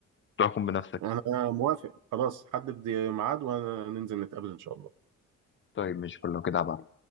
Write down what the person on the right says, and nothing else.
انا موافق خلاص حدد ميعاد وننزل نتقابل ان شاء الله